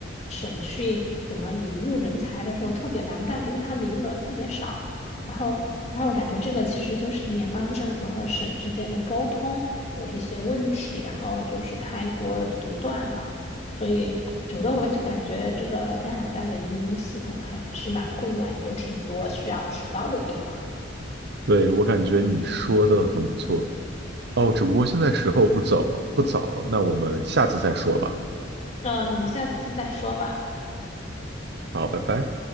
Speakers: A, on the left; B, on the right.
A: 省去怎么引入人才的时候特别难办，因为它名额特别少。然后，然后我感觉这个其实就是联邦政府和省之间的沟通有一些问题，然后就是太过独断了，所以整个我就感觉这个加拿大的移民系统还是蛮混乱，有挺多需要提高的地方。
B: 对，我感觉你说的很不错，哦，只不过现在时候不早不早，那我们下次再说吧，
A: 那我们下次再说吧。
B: 好，拜拜。